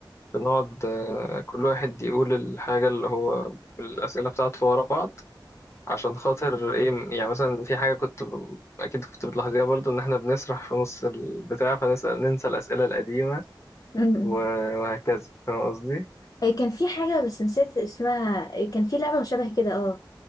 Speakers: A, on the left; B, on the left.
A: بنقعد آه كل واحد يقول الحاجة اللي هو الأسئلة بتاعته ورا بعض عشان خاطر ايه م- يعني مثلا في حاجة كنت ب... اكيد كنت بتلاحظيها برضو ان احنا بنسرح في نص البتاع فنسأل ننسى الأسئلة القديمة
B: مم.
A: و... وهكذا فاهم قصدي؟
B: إيه كان في حاجة بس نسيت اسمها إيه كان في لعبة مشابهة كده اه